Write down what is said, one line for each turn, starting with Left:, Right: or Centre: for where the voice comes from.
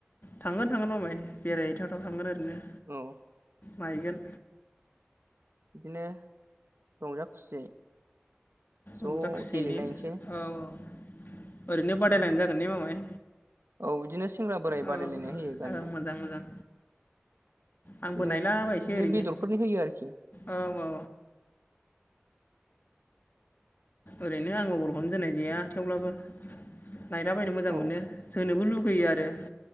Left: थांगोन थांगोन मामाय बेरायहै थाव थाव थांगोन ओरैनो
Right: औ
Left: नायगोन
Right: बिदिनो रंजा खुसियै ज'
Left: रंजा खुसियैनो
Right: गेलेलायनोसै
Left: औ औ ओरैनो बादायलायनाय
Right: उम
Left: जागोन ने मामाय
Right: औ बिदिनो सेंग्रा बोराय
Left: औ
Right: बादायलायनाय होयो गामियाव
Left: औ मोजां मोजां आंबो
Right: बिदिनो
Left: नायलाबायसै
Right: बिदिनो
Left: ओरैनो
Right: बेदरफोरनि होयो आरोखि उम
Left: औ औ ओरैनो आं बलखौनो जोननाय जाया थेवब्लाबो नायलाबायायनो मोजां
Right: औ
Left: मोनो जोनोबो लुु गैयो आरो